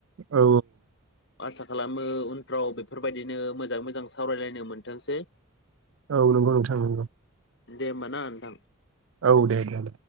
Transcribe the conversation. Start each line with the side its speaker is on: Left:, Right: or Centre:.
Right: औ
Left: आसा खालामो उनफ्राव बेफोरबायदिनो मोजाङै मोजां सावरायलायनो मोनथोंसै
Right: औ नोंगौ नोंथां नोंगौ
Left: दे ओमबाना नोंथां
Right: औ दे दोन